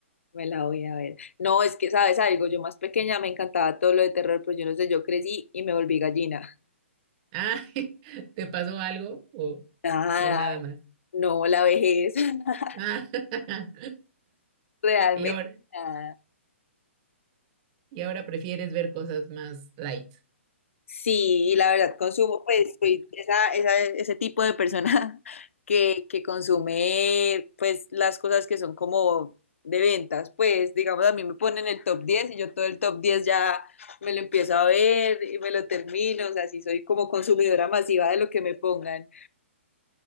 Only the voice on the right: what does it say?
Ah, <laughs> ¿te pasó algo o,
o nada más?
Ah, <laughs>
y ahora,
y ahora prefieres ver cosas más light. <clears throat>